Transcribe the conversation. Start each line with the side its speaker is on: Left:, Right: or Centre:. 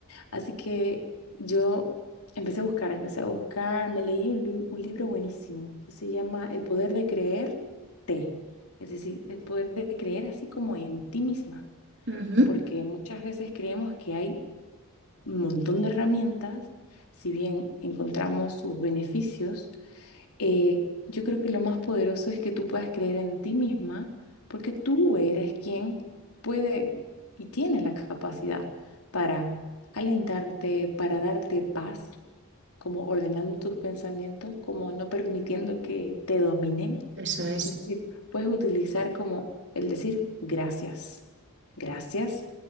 Left: Así que yo empecé a buscar, empecé a buscar, me leí un, li- un libro buenísimo que se llama El poder de creerte. Es decir, el poder de creer así como en ti misma,
Right: Ujú.
Left: porque muchas veces creemos que hay un montón de herramientas, si bien encontramos sus beneficios eh, yo creo que lo más poderoso es que tú puedas creer en ti misma, porque tú eres quien puede y tiene la capacidad para alentarte, para darte paz, como ordenando tus pensamientos, como no permitiendo que te dominen.
Right: Eso es.
Left: Es decir, puedes utilizar como el decir gracias, gracias,